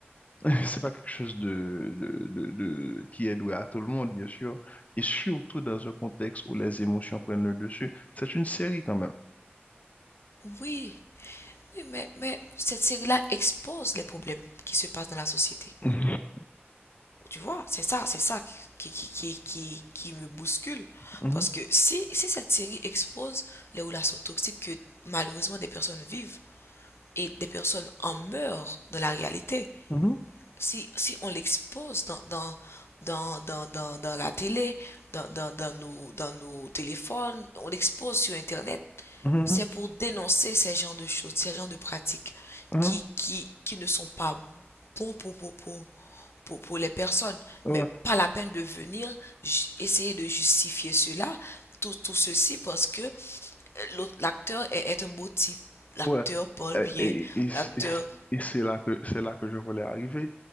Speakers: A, on the left; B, on the left.
A: <laughs> C'est pas quelque chose de, de, de, de- qui est loué à tout le monde, bien sûr, et surtout dans un contexte où les émotions prennent le dessus. C'est une série quand même.
B: Oui, oui, mais, mais cette série-là expose les problèmes qui se passent dans la société.
A: Mhm.
B: Tu vois, c'est ça, c'est ça qui, qui, qui, qui, qui me bouscule.
A: Mhm.
B: Parce que si, si cette série expose les relations toxiques que malheureusement des personnes vivent et des personnes en meurent dans la réalité,
A: Mhm.
B: si, si on l'expose dans, dans, dans, dans, dans, dans la télé, dans, dans, dans, nos, dans nos téléphones, on l'expose sur Internet,
A: Mhm.
B: c'est pour dénoncer ces genres de choses, ces genres de pratiques
A: Mhm.
B: qui, qui, qui ne sont pas bons pour, pour, pour, pour, pour les personnes.
A: Ouais.
B: Mais pas la peine de venir essayer de justifier cela, tout, tout ceci, parce que euh, l'autre- l'acteur est, est un beau type. L'acteur
A: Ouais,
B: parle
A: euh,
B: bien,
A: et, et, c-
B: l'acteur
A: et c- et c'est là que c'est là que je voulais arriver.